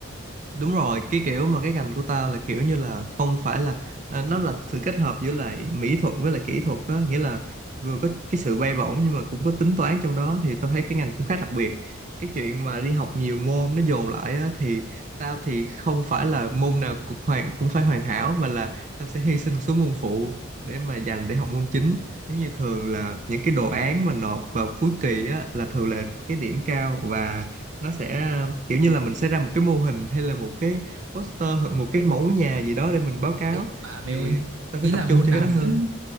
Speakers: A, on the right; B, on the right.
A: đúng rồi cái kiểu mà cái ngành của tao là kiểu như là không phải là à, nó là sự kết hợp giữa lại mỹ thuật với lại kỹ thuật á nghĩa là vừa có cái sự bay bổng nhưng mà cũng có tính toán trong đó thì tao thấy cái ngành cũng khá đặc biệt cái chuyện mà đi học nhiều môn nó dồn lại á thì tao thì không phải là môn nào cũng hoàn cũng phải hoàn hảo mà là tao sẽ <laughs> hy sinh một số môn phụ để mà dành để học môn chính giống như thường là những cái đồ án mà nộp vào cuối kỳ á là thường là cái điểm cao và nó sẽ ờ, kiểu như là mình sẽ ra một cái mô hình hay là một cái poster hoặc một cái mẫu nhà gì đó để mình báo cáo
B: thế nhưng mà mày
A: thì
B: ơi
A: tao
B: ý
A: sẽ
B: là
A: tập
B: môn
A: trung cho
B: nào
A: cái đó hơn
B: cũng